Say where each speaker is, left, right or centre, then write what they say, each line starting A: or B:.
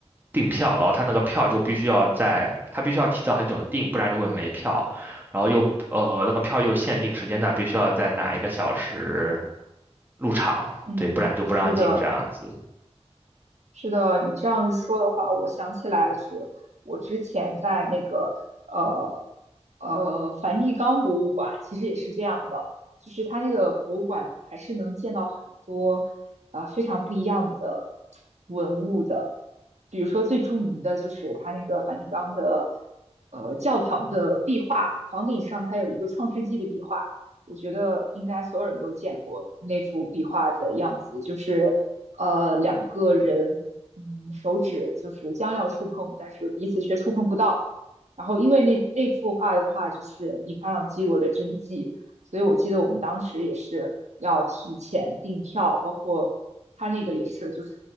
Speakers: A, on the right; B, on the right.
A: 订票，然后他那个票就必须要在，他必须要提早很久订，不然就会没票。然后又呃那个票又限定时间段，必须要在哪一个小时入场，
B: 嗯，
A: 对，不然就不让进这样子。
B: 是的，是的，你这样说的话，我想起来是我之前在那个呃呃梵蒂冈博物馆，其实也是这样的，就是它那个博物馆还是能见到很多啊呃非常不一样的文物的，比如说最著名的就是它那个梵蒂冈的呃教堂的壁画，房顶上它有一个创世纪的壁画。我觉得应该所有人都见过那幅壁画的样子，就是呃两个人，嗯，手指就是将要触碰，但是彼此却触碰不到。然后因为那那幅画的话，就是米开朗基罗的真迹，所以我记得我们当时也是要提前订票，包括他那个也是，就是